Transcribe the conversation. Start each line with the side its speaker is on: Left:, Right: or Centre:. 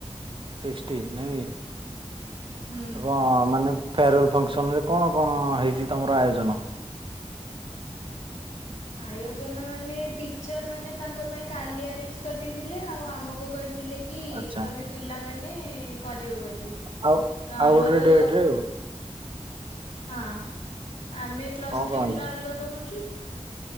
Right: ସିକ୍ସଟି ନାହିଁକି।
Left: ହୁଁ।
Right: ଆ କଣ ମାନେ ଫେୟାରୱେଲ ଫଙ୍କସନ୍ ରେ କଣ କଣ ହେଇଛି ତମର ଆୟୋଜନ?
Left: ଆୟୋଜନ ମାନେ ଟିଚର୍ ମାନେ ତାଙ୍କ ପାଇଁ କାଲି ଆରେଞ୍ଜ କରିଦେଇଥିଲେ। ଆଉ ଆମକୁ କହିଥିଲେ କି
Right: ଆଚ୍ଛା।
Left: ତମେ ପିଲାମାନେ କରିବ ବୋଲି।
Right: ଆଉ
Left: ତ ଆମର
Right: ଆଉ ଗୋଟେ ଡେଟ ରେ
Left: ହଁ, ଆମେ ପ୍ଲସ୍
Right: ଆଉ
Left: ଥ୍ରୀ
Right: କଣ କଣ ହେଇଛି
Left: ପିଲା ଅଲଗା କରୁଛୁ।